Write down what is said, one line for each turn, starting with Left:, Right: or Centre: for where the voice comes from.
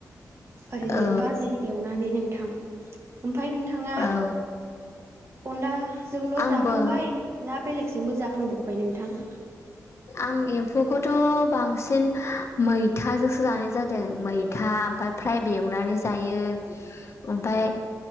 Right: ओरैनो
Left: औ
Right: बाजि एवनानै नोंथां ओमफाय नों थाङा
Left: औ
Right: अनदाजोंल'
Left: आंबो
Right: जाखांबाय ना बेलेग जोंबो जाखांबावबाय नोंथां?
Left: आं एम्फौखौथ' बांसिन मैथाजोंसो जानाय जादों मैथा ओमफाय फ्राय बो बेएवनानै जायो ओमफाय